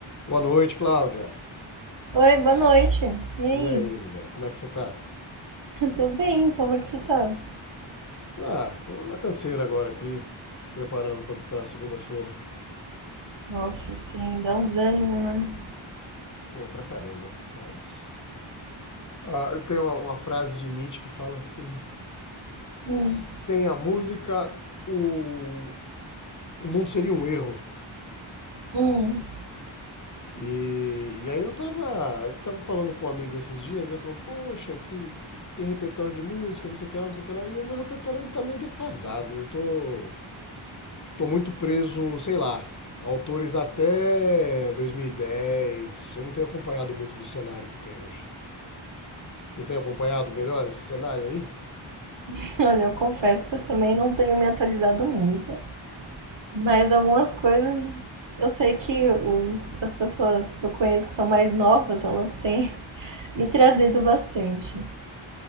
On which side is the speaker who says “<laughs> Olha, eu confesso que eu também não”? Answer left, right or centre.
Right